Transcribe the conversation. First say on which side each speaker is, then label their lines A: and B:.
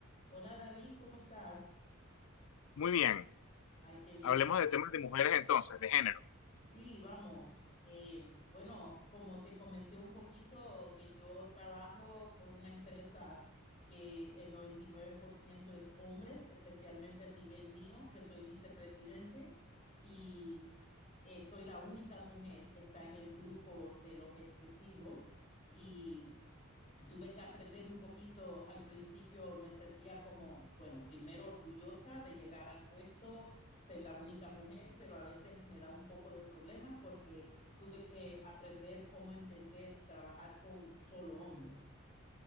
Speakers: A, on the left (about 35°); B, on the left (about 70°).
A: Hola David, ¿cómo estás?
B: Muy bien,
A: Ay, qué bien.
B: hablemos de temas de mujeres entonces, de género.
A: Sí, vamos. Eh, bueno, como te comenté un poquito, que yo trabajo por una empresa que el 99% es hombres, especialmente al nivel mío, que soy vicepresidente y eh, soy la única mujer que está en el grupo de los ejecutivos y Tuve que aprender un poquito, al principio me sentía como, bueno, primero orgullosa de llegar al puesto, ser la única mujer, pero a veces me da un poco de problemas porque tuve que aprender cómo entender trabajar con solo hombres.